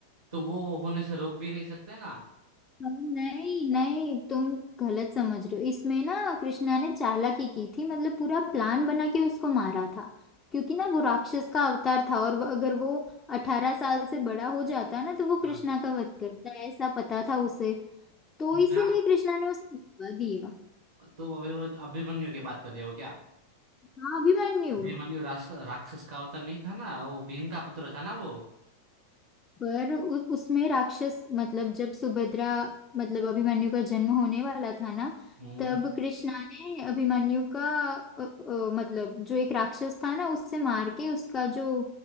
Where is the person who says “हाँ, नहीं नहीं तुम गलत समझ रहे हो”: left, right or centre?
Left